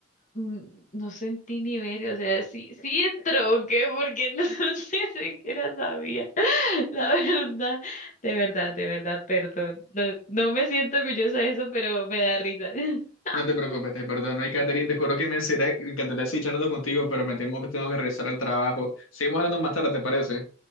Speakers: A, on the left (about 40°); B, on the left (about 85°).
A: no sentí ni ver, o sea, sí, sí entró, ¿o ¿qué? Porque <laughs> no, ni siquiera sabía, <laughs> la verdad, de verdad, de verdad, perdón, no, no me siento orgullosa de eso, pero me da risa. <laughs>
B: No te preocupes, te perdono. Y Catherine, te juro que me encantaría encantará seguir charlando contigo, pero me temo que tengo que regresar al trabajo. Seguimos hablando más tarde, ¿te parece?